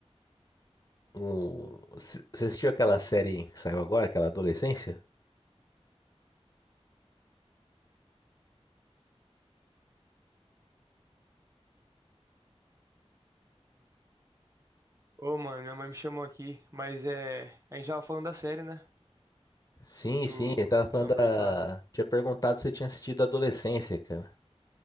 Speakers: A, on the left; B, on the right.
A: O... c- Você assistiu aquela série que saiu agora, aquela Adolescência?
B: Ô, mano, minha mãe me chamou aqui, mas é. A gente tava falando da série, né?
A: Sim,
B: Do
A: sim, eu tava falando
B: Prison Break
A: da...
B: lá.
A: Tinha perguntado se eu tinha assistido Adolescência, cara.